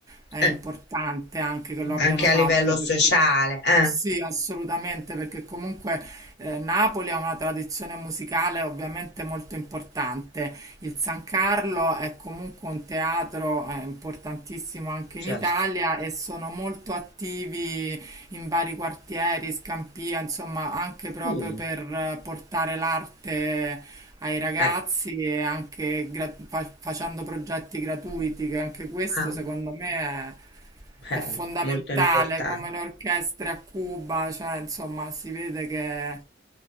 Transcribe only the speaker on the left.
Eh,
anche a
livello
sociale, eh,
certo.
Mm,
eh,
ah,
eh,
molto importante.